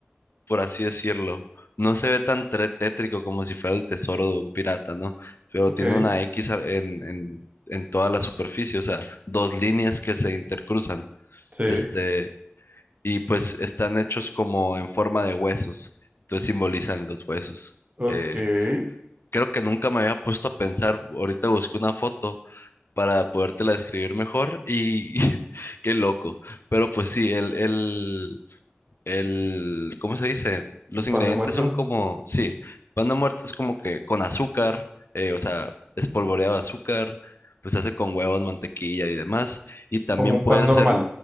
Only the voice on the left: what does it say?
por así decirlo. No se ve tan tre- tétrico como si fuera el tesoro de un pirata, ¿no? Pero
tiene una X a- en, en, en toda la superficie, o sea, dos líneas que se intercruzan.
Este, y pues están hechos como en forma de huesos, entonces simbolizan los huesos.
eh,
creo que nunca me había puesto a pensar. Ahorita busqué una foto para podértela describir mejor y <laughs> qué loco. Pero pues sí, el, el, el, ¿cómo se dice? Los ingredientes
son como, sí, pan muerto es como que con azúcar, eh, o sea, espolvoreado azúcar, pues se hace con huevos, mantequilla y demás. Y también
puede
ser